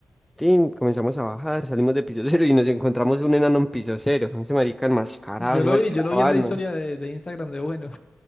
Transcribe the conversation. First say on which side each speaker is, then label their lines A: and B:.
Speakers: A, in the centre; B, on the left (about 20°).
A: Tin, comenzamos a bajar, salimos de piso cero y nos encontramos un enano en piso cero. Ese marica enmascarado,
B: Yo
A: ese
B: lo
A: marica
B: vi, yo
A: era
B: lo vi
A: Batman.
B: en la historia de,
A: <laughs>
B: de Instagram de bueno.